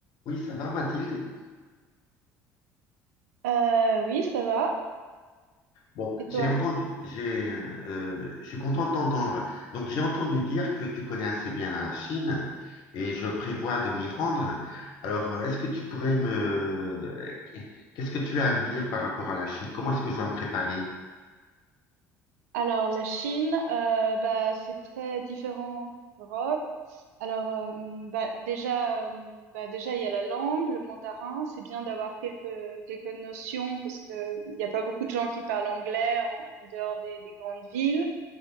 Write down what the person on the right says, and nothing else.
Euh, oui, ça va.
Et
toi?
Alors, la Chine, euh, bah, c'est très différent que l'Europe. Alors, euh, bah, déjà, euh, bah, déjà, il y a la langue, le mandarin. C'est bien d'avoir quelques, quelques notions parce que euh, il n'y a pas beaucoup de gens qui parlent anglais en, en dehors des, des grandes villes.